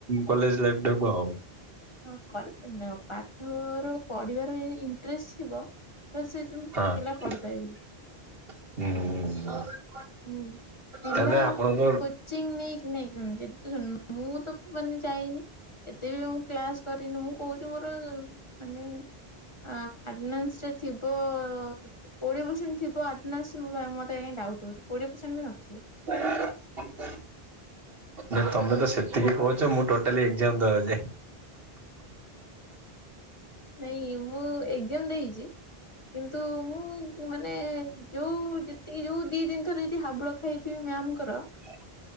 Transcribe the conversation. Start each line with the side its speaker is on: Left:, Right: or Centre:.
Right: କଲେଜ ଲାଇଫ ଟାକୁ ଆଉ।
Left: ହଁ କଲେ ନା ପାଠର ପଢିବାର ଇଣ୍ଟରେଷ୍ଟ ଥିବ ତ ସେ ଯୋଉ
Right: ହଁ
Left: ପିଲା ପଢିପାରିବେ
Right: ହୁଁ ହୁଁ।
Left: ହୁଁ ପିଲା
Right: ତାହେଲେ ଆପଣଙ୍କ
Left: କୋଚିଂ ନେଇକି ନାଇଁ ଶୁଣ <unintelligible> ମୁଁ ତ ମାନେ ଯାଇନି ଏତେ ବି ମୁଁ କ୍ଲାସ କରିନି ମୁଁ କହୁ ତୁ ମୋର ମନେ ଆ ଆଟେନାନ୍ସ୍ ରେ ଥିବ କୋଡିଏ ପର୍ସେଣ୍ଟ ଥିବ ଅଟେନାନ୍ସ ମତେ କାଇଁ ଡାଉଟୁ ହଉଚି। କୋଡ଼ିଏ ପରସେଣ୍ଟ ବି ନଥିବ।
Right: <unintelligible> ନାଇଁ ତମେ ତ ସେତିକି କହୁଚ ମୁଁ ଟୋଟାଲି ଏକ୍ଜାମ ଦେବାକୁ ଯାଇନି।
Left: ନାଇଁ ମୁଁ ଏଜାମ ଦେଇଚି। କିନ୍ତୁ ମୁଁ ମାନେ ଯୋଉ ଯେତିକି ଯୋଉ ଦି ତିନି ଥର ଯଦି ହାବୁଳ ଖାଇ ଚି ମ୍ୟାମଙ୍କର
Right: <inaudible>